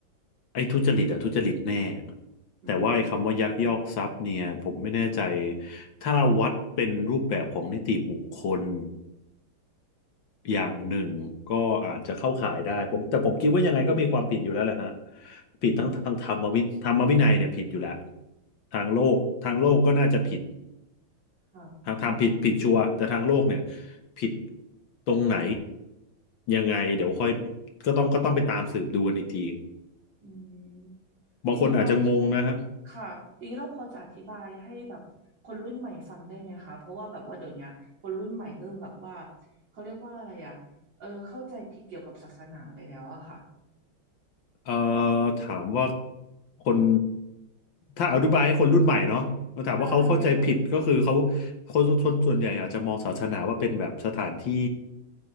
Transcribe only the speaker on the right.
อืม
อืม
อืม
ค่ะ
อืมอย่างนี้เรา
ค่ะอย่างนี้เราพอจะอธิบายให้แบบคนรุ่นใหม่ฟังได้ไหมคะเพราะว่าแบบว่าเดี๋ยวเนี้ยคนรุ่นใหม่เริ่มแบบว่าเขาเรียกว่าอะไรอะเออเข้าใจผิดเกี่ยวกับศาสนาไปแล้วอะค่ะ
อืม
ใช่ค่ะ